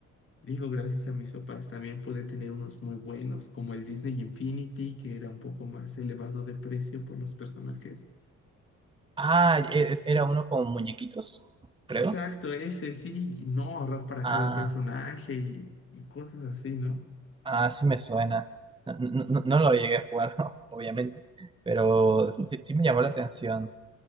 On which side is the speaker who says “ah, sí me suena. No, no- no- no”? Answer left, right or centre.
Right